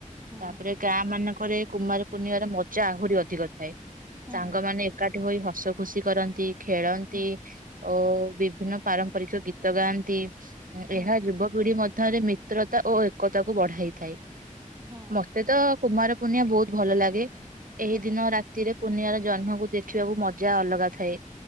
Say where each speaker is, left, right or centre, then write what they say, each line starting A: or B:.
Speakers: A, on the right; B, on the right.
A: ହୁଁ
B: ତାପରେ ଗାଁ ମାନଙ୍କରେ କୁମାର ପୂର୍ଣ୍ଣିମାର ମଜା ଆହୁରି ଅଧିକ ଥାଏ।
A: ହୁଁ
B: ସାଙ୍ଗମାନେ ଏକା ଠି ହୋଇ ହସ ଖୁସି କରନ୍ତି। ଖେଳନ୍ତି।
A: ହୁଁ
B: ଓ ବିଭିନ୍ନ ପାରମ୍ପରିକ ଗୀତ ଗାଆନ୍ତି।
A: ହୁଁ
B: ଏହା ଯୁବ ପିଢି ମ ଥରେ ମିତ୍ରତା ଓ ଏକତାକୁ ବଢାଇଥାଏ।
A: ହୁଁ
B: ମୋତେ ତ କୁମାର ପୂର୍ଣ୍ଣିମା ବହୁତ ଭଲ ଲାଗେ। ଏହି
A: ହୁଁ
B: ଦିନ ରା ଏ ପୁନିମାର ଜହ୍ନକୁ ଦେଖିବାକୁ ମଜା ଅଲଗା ଥାଏ।